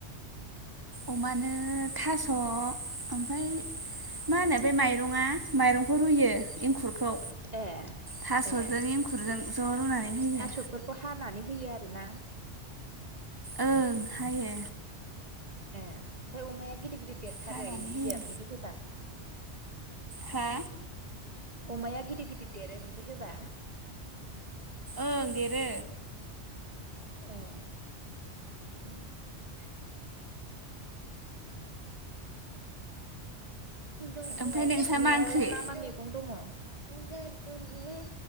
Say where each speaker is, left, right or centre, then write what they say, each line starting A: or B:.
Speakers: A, on the right; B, on the right.
A: अमानो थास' ओमफ्राय मा होनो बे माइरङा माइरंखौ रुयो एंखुरखौ
B: ए
A: थास'जों
B: ए
A: एंखुरजों ज' रुनानै होयो
B: थास'फोरखौ हानानै होयो आरो ना
A: ओं हायो
B: ए ओमफ्राय अमाया गिदिर गिदिर देरथारो
A: हानानै
B: बिदिजों
A: होयो
B: बिदि होबा
A: हा
B: अमाया गिदिर गिदिर देरो बिदि होबा
A: ओं देरो
B: ए <unintelligible> द
A: ओमफ्राय
B: दं य
A: नोंस्रा
B: न'आवलाय
A: ओंख्रि
B: मा मा मैगं दङ <unintelligible>